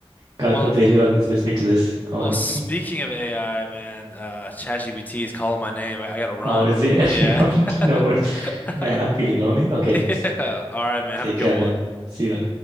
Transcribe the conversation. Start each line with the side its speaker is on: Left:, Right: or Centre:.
Right: God
Left: Well,
Right: forbid whoever's listening to this. Go on.
Left: well, speaking of AI, man, uh ChatGPT is calling my name. I, I gotta run.
Right: How is it? <laughs>
Left: Yeah.
Right: No worries.
Left: <laughs>
Right: Man, I'm feeling lonely. Okay.
Left: Yeah. All right, man.
Right: Take
Left: Have a good
Right: care,
Left: one.
Right: man. See ya.